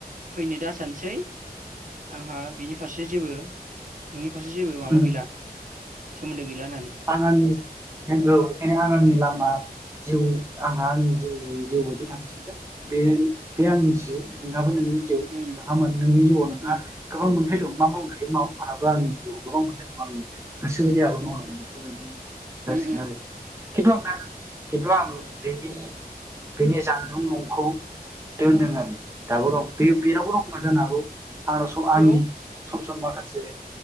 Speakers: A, on the right; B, on the right.
A: फैनो दा सानसै आंहा बिनि फारसे जेबो नोंनि फारसे जेबो
B: आरो
A: माबा गैला सोमोन्दो गैला होननानै।
B: आं आंनि नंगौ एखायनो आं आंनि लामा जिउनि आंहा आंनि जिउजों जिउ बायदि थांसिगोन बे आंनि जिउ नोंहाबो नोंनि थिगौ
A: उम
B: नोंहा मोन नोंनि जिउआव नोंहा
A: उम
B: गोबां मोन्थाय दं मा मावनो हायो माव आंहाबो आंनि जिउ गोबां मोनथाय दङ आंनि गोसो बायदि आबाद
A: उम
B: मावलांगोन बेफोरबायदि जासिगोन
A: उम उम
B: आरो खिन्थु आंना किन्थु आं बेनि बेनि जानबुं नंखौ दोनदों आरो दाबो दं। बे बेनावबो दंखोमा जानो हागौ आंनाव आंनि
A: उम औ
B: सम सम माखासे